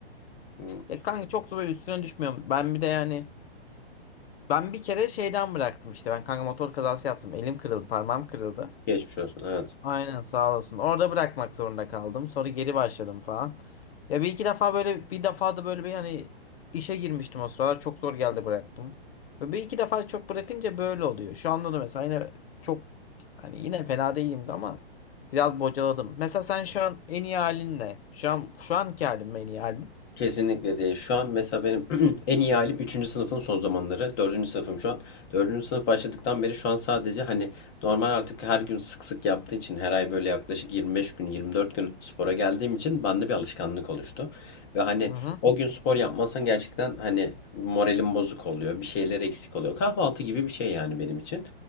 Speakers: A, on the left; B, on the left.
A: Hmm,
B: Ya kanka çok da böyle üstüne düşmüyorum. Ben bir de yani ben bir kere şeyden bıraktım işte. Ben kanka motor kazası yaptım. Elim kırıldı, parmağım kırıldı.
A: Geçmiş olsun. Evet.
B: Aynen sağ olasın. Orada bırakmak zorunda kaldım. Sonra geri başladım falan. Ya bir iki defa böyle bir defa da böyle bir hani işe girmiştim o sıralar. Çok zor geldi bıraktım. Ve bir iki defa çok bırakınca böyle oluyor. Şu anda da mesela yine çok hani yine fena değilimdi ama biraz bocaladım. Mesela sen şu an en iyi halin ne? Şu an şu anki halin mi en iyi halin?
A: Kesinlikle değil. Şu an mesela benim <clears throat> en iyi halim üçüncü sınıfın son zamanları. dördüncü sınıfım şu an. dördüncü sınıf başladıktan beri şu an sadece hani normal artık her gün sık sık yaptığı için her ay böyle yaklaşık 25 gün 24 gün spora geldiğim için bende bir alışkanlık oluştu. Ve hani
B: Hı hı.
A: o gün spor yapmazsan gerçekten hani moralim bozuk oluyor. Bir şeyler eksik oluyor. Kahvaltı gibi bir şey yani benim için.